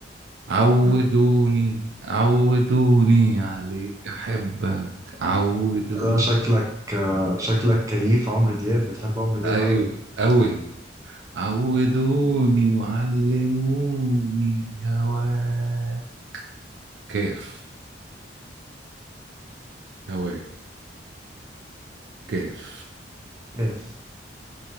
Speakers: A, on the right; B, on the right.
A: عودوني
B: مم.
A: عودوني عليك احبك عودوني
B: لا شكلك آه، شكلك كيف عمرو دياب بتحب عمرو دياب
A: ايوه
B: قوي
A: قوي عودوني
B: مم.
A: وعلموني هواك كاف هواك كاف
B: كيف